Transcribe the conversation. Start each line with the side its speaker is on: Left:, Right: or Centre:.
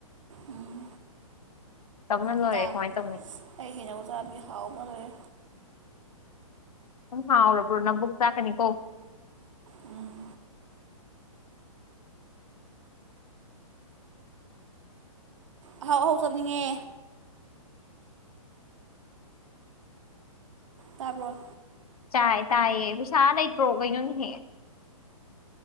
Right: ꯎꯝ
Left: ꯇꯧꯅ ꯂꯣꯏꯔꯦ
Right: ꯑꯇꯥ
Left: ꯀꯃꯥꯏ ꯇꯧꯅꯤ
Right: ꯑꯩ ꯍꯦꯟꯅ ꯑꯣꯖꯥꯗꯤ ꯍꯥꯎ ꯑꯃ ꯂꯣꯏꯔꯦ
Left: ꯁꯨꯝ ꯍꯥꯎꯔꯕ꯭ꯔꯣ ꯅꯪꯕꯨꯛ ꯆꯥꯛꯀꯅꯤꯀꯣ
Right: ꯎꯝ ꯑꯍꯥꯎ ꯑꯍꯥꯎ ꯆꯅꯤꯡꯉꯦ ꯇꯥꯕ꯭ꯔꯣ
Left: ꯆꯥꯏ ꯇꯥꯏꯌꯦ ꯄꯩꯁꯥ ꯂꯩꯇ꯭ꯔꯣ ꯀꯩꯅꯣ ꯅꯦꯍꯦ